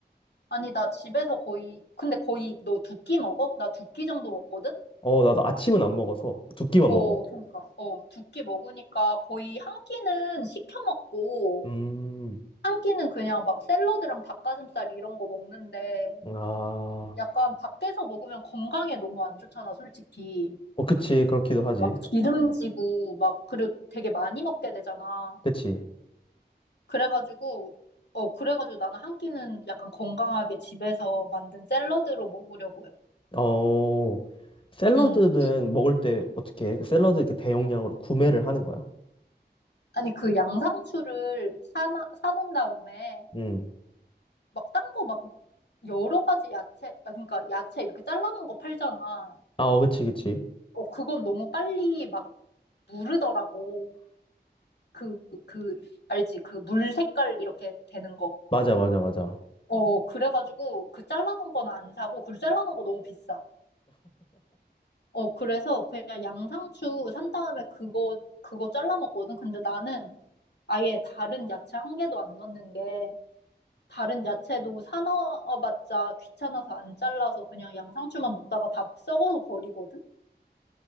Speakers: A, on the left (about 70°); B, on the left (about 30°).
A: 아니, 나 집에서 거의, 근데 거의 너 두끼 먹어? 나 두끼 정도 먹거든?
B: 어 나도 아침은 안 먹어서 두 끼만
A: 어,
B: 먹어.
A: 그러니까, 어, 두 끼 먹으니까 거의 한 끼는 시켜 먹고,
B: 음,
A: 한 끼는 그냥 막 샐러드랑 닭가슴살 이런 거 먹는데,
B: 아,
A: 약간 밖에서 먹으면 건강에 너무 안 좋잖아, 솔직히.
B: 어 그치 그렇기도 하지.
A: 막 기름지고, 막, 그리고 되게 많이 먹게 되잖아.
B: 그치.
A: 그래가지고, 어, 그래가지고 나는 한 끼는 약간 건강하게 집에서 만든 샐러드로 먹으려고 해.
B: 어 샐러드는
A: 응.
B: 먹을 때 어떻게 해? 그 샐러드 이렇게 대용량으로 구매를 하는 거야?
A: 아니, 그 양상추를 사나, 사놓은 다음에,
B: 음.
A: 막, 딴 거 막, 여러 가지 야채, 아, 그러니까 야채 이렇게 잘라놓은 거 팔잖아.
B: 아, 어, 그치, 그치.
A: 어, 그건 너무 빨리 막, 무르더라고. 그, 그, 알지? 그 물 색깔 이렇게 되는 거.
B: 맞아, 맞아, 맞아.
A: 어, 그래가지고, 그 잘라놓은 건 안 사고, 그리고 잘라놓은 거 너무 비싸. 어, 그래서 그냥 양상추 산 다음에 그거, 그거 잘라 먹거든. 근데 나는 아예 다른 야채 한 개도 안 넣는 게, 다른 야채도 사놔봤자 귀찮아서 안 잘라서 그냥 양상추만 먹다가 다 썩어서 버리거든?